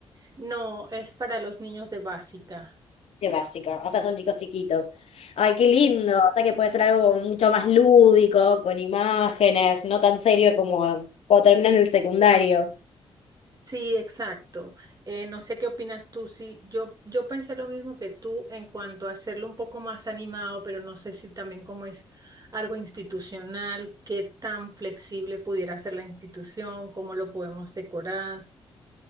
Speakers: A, on the right (about 35°); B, on the left (about 70°).
A: no, es para los niños de básica.
B: De básico, o sea, son chicos chiquitos. Ay, qué lindo. O sea, que puede ser algo como mucho más lúdico, con imágenes, no tan serio como cuando terminan el secundario.
A: Sí, exacto. Eh, no sé qué opinas tú. Sí, yo, yo pensé lo mismo que tú en cuanto a hacerlo un poco más animado, pero no sé si también como es algo institucional, qué tan flexible pudiera ser la institución, cómo lo podemos decorar.